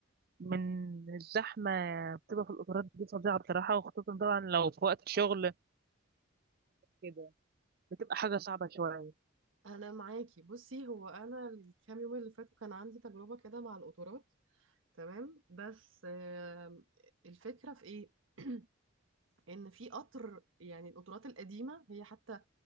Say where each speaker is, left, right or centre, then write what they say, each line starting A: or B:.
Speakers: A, on the right (about 45°); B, on the right (about 75°).
A: من الزحمة بتبقى في القطارات دي فظيعة بصراحة وخصوصا طبعا لو في وقت شغل كده بتبقى حاجة صعبة شوية
B: انا معاكي بصي هو انا الكام يوم اللي فاتوا كان عندي تجربه كده مع القطارات تمام بس آم، الفكره في ايه <clears throat> ان في قطر يعني القطارات القديمه هي حتى